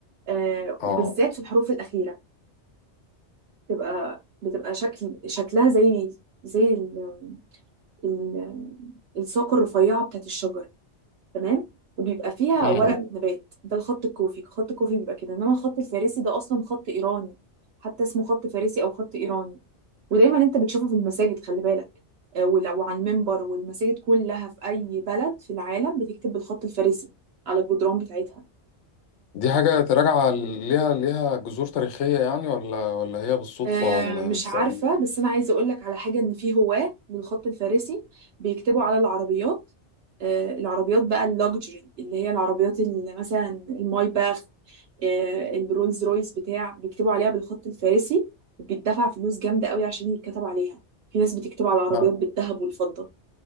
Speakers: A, on the right; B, on the left.
A: آه،
B: اه
A: وبالذات في الحروف الاخيره بتبقى بتبقى شكل شكلها زي زي ال ال الساق الرفيعه بتاعت الشجر تمام وبيبقى فيها
B: امم
A: ورق مم. نبات ده الخط الكوفي خط الكوفي بيبقى كده انما الخط الفارسي ده اصلا خط ايراني حتى اسمه خط فارسي او خط ايراني ودايما انت بتشوفه في المساجد خلي بالك آه، ول- وعلى المنبر والمساجد كلها في اي بلد في العالم بتكتب بالخط الفارسي على الجدران بتاعتها
B: دي حاجة تراجع ليها ليها جذور تاريخية يعني ولا ولا هي بالصدفة
A: آه،
B: ولا
A: مش
B: بالتأليف
A: عارفة بس أنا عايزة أقولك على حاجة إن في هواة للخط الفارسي بيكتبوا على العربيات آه، العربيات بقى اللوكجري اللي هي العربيات اللي مثلا المايباخ آه، الرولز رويس بتاع بيكتبوا عليها بالخط الفارسي وبيدفع فلوس جامدة قوي عشان يتكتب عليها في ناس بتكتب على العربيات
B: لا،
A: بالذهب والفضة